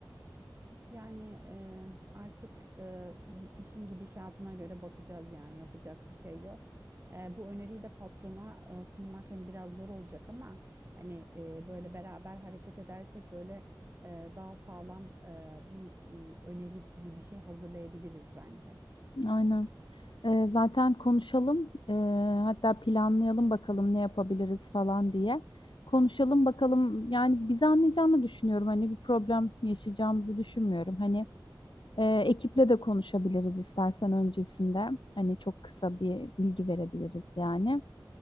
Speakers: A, on the right; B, on the left.
A: Yani e, artık e, işin gidişatına göre bakacağız yani yapacak bir şey yok. E, bu öneriyi de patrona e, sunmak hani biraz zor olacak ama hani e, böyle beraber hareket edersek böyle e, daha sağlam e, bir e, öneri gibi bir şey hazırlayabiliriz bence.
B: Aynen. Ee, zaten konuşalım. Ee, hatta planlayalım bakalım ne yapabiliriz falan diye. Konuşalım bakalım. Yani bizi anlayacağını düşünüyorum. Hani bir problem yaşayacağımızı düşünmüyorum. Hani e, ekiple de konuşabiliriz istersen öncesinde. Hani çok kısa bir bilgi verebiliriz yani.